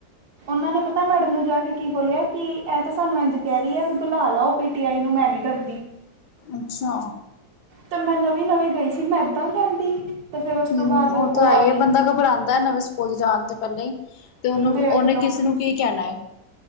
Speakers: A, on the right; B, on the left.
A: ਉਹ ਨੇ ਪਤਾ ਮੈਡਮ ਨੂੰ ਜਾ ਕੇ ਕੀ ਬੋਲਿਆ ਕਿ ਇਹ ਤਾਂ ਸਾਨੂੰ ਇੰਜ ਕਹਿ ਰਹੀ ਹੈ, ਬੁਲਾ ਲਾਓ ਪੀ ਟੀ ਆਈ ਨੂੰ, ਮੈਂ ਨੀ ਡਰਦੀ <inaudible>
B: ਅੱਛਾ
A: ਤੇ ਮੈਂ ਨਵੀਂ-ਨਵੀਂ ਗਈ ਸੀ ਮੈਂ ਏਦਾਂ ਕਹਿੰਦੀ ਤੇ ਫਿਰ ਉਸ
B: ਹਮ
A: ਤੋਂ ਬਾਅਦ
B: ਉਹ ਤਾਂ ਹੈ
A: ਆਈ
B: ਹੀ, ਬੰਦਾ ਘਬਰਾਉਂਦਾ ਨਵੇਂ ਸ ਸਕੂਲ ਜਾਣ ਤੇ ਪਹਿਲਾਂ ਹੀ ਤੇ ਉਹਨੂੰ,
A: ਦੇਖ
B: ਉਹਨੇ
A: ਲਓ
B: ਕਿਸੇਨੂੰ ਕੀ ਕਹਿਣਾ ਹੈ